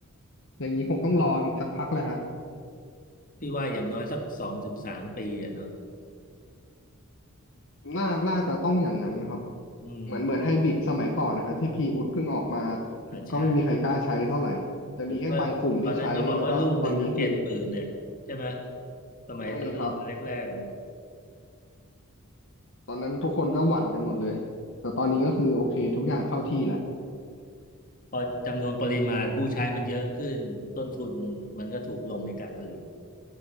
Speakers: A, on the left; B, on the left.
A: อย่างนี้คงต้องรออีกสักพักแหละฮะ
B: พี่ว่าอย่างน้อยสักสองถึงสามปีอ่ะเนาะ
A: น่าน่าจะต้องอย่างนั้นครับ
B: อืม
A: เหมือนเหมือนไฮบริดสมัยก่อนนะฮะที่พีอุดเพิ่งออกมา
B: อ่าใช่
A: ก็ไม่มีใครกล้าใช้เท่าไหร่ จะมีแค่บางกลุ่มที่ใช้แล้วก็ตอนนี้คือ
B: ผมว่าตอนนั้นก็บอกว่าลูกหนึ่งตั้งเจ็ดหมื่นเนี่ยใช่ไหมสมัยตอนออกมาแรกๆอ่ะ
A: ใช่ครับ ตอนนั้นทุกคนก็หวั่นกันหมดเลยแต่ตอนนี้ก็คือโอเคทุกอย่างเข้าที่แล้ว
B: พอจำนวนปริมาณผู้ใช้มันเยอะขึ้นต้นทุนมันก็ถูกลงในการผลิต